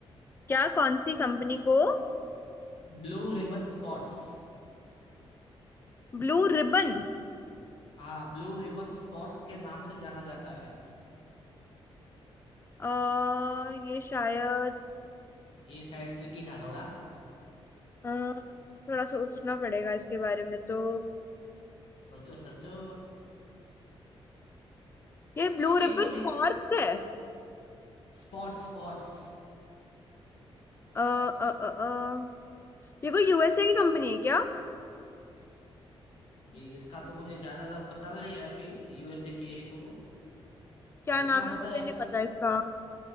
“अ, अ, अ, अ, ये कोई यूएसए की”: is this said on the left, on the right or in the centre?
Left